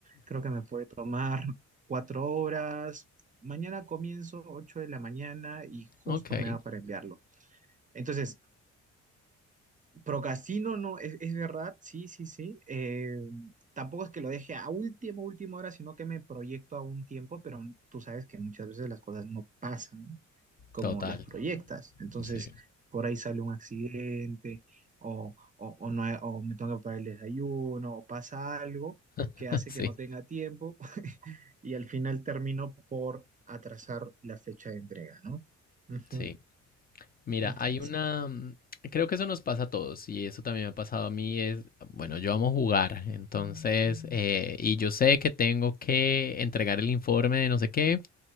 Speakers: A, on the right; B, on the left.
A: creo que me puede tomar <laughs> cuatro horas. Mañana comienzo 8 de la mañana y justo
B: Ok.
A: me da para enviarlo. Entonces, Procrastino, no, es, es verdad, sí, sí, sí. Eh, tampoco es que lo deje a última, última hora, sino que me proyecto a un tiempo, pero tú sabes que muchas veces las cosas no pasan como
B: Total.
A: las proyectas. Entonces,
B: Sí.
A: por ahí sale un accidente o, o, o no, o me tengo que pagar el desayuno o pasa algo
B: <laughs>
A: que hace
B: Sí.
A: que no tenga tiempo <laughs> y al final termino por atrasar la fecha de entrega, ¿no? Ujú,
B: Sí. Mira,
A: ujú,
B: hay
A: así
B: una...
A: es.
B: mm, Creo que eso nos pasa a todos y eso también me ha pasado a mí. Es, bueno, yo amo jugar, entonces, eh, y yo sé que tengo que entregar el informe de no sé qué,